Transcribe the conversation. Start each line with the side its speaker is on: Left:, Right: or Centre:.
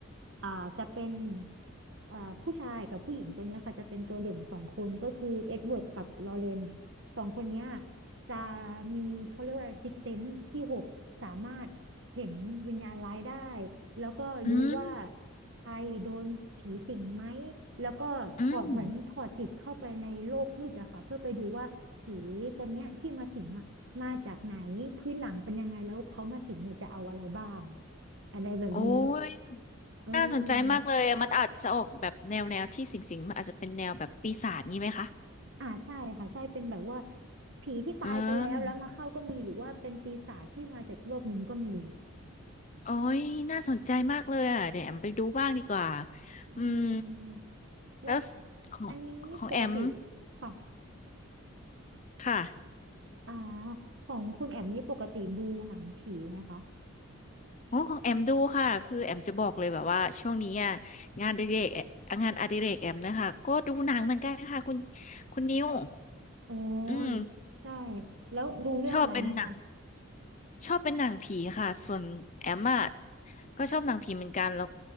Right: อ่าจะเป็นอ่าผู้ชายกับผู้หญิงตัวเนี้ยค่ะจะเป็นตัวเด่นสองคนก็คือเอ็ดเวิร์ดกับลอเรนสองคนเนี้ยจะมีเขาเรียกว่าซิกเซนส์ที่หกสามารถเห็นวิญญาณร้ายได้แล้วก็รู้ว่า
Left: อืม
Right: ใครโดนผีสิงไหมแล้วก็ถอดเหมือนถอดจิตเข้าไปในโลกมืดอะค่ะเพื่อไปดูว่าผีตัวเนี้ยที่มาสิงอะ
Left: อืม
Right: มาจากไหนพื้นหลังเป็นยังไงแล้วเขามาสิงเนี่ยจะเอาอะไรบ้างอะไรแบบนี้
Left: โอ้ย
Right: อืม
Left: น่าสนใจมากเลยอะมันอาจจะออกแบบแนวแนวที่สิงสิงมันอาจจะเป็นแนวแบบปีศาจงี้ไหมคะ
Right: อ่าใช่ค่ะใช่เป็นแบบว่าผีที่ตายไปแล้วแล้วมาเข้าก็มีหรือว่าเป็นปีศาจที่มาจากโลกหนึ่งก็มี
Left: อืม โอ้ยน่าสนใจมากเลยอ่ะเดี๋ยวแอมไปดูบ้างดีกว่าอืม
Right: อืมและ
Left: แล้วของของแอม
Right: อันนี้ปกติค่ะ
Left: ค่ะ
Right: อ่าของคุณแอมนี่ปกติดูหนังผีไหมคะ
Left: โอ้ของแอมดูค่ะคือแอมจะบอกเลยแบบว่าช่วงนี้อ่ะงานอดิเรกแอมงานอดิเรกแอมนะคะก็ดูหนังเหมือนกันค่ะคุณคุณนิว
Right: อ๋อ
Left: อืม
Right: ใช่แล้วดูเรื่องอะไรไหมคะ
Left: ชอบเป็นหนัง ชอบเป็นหนังผีค่ะส่วนแอมอะก็ชอบหนังผีเหมือนกันแล้ว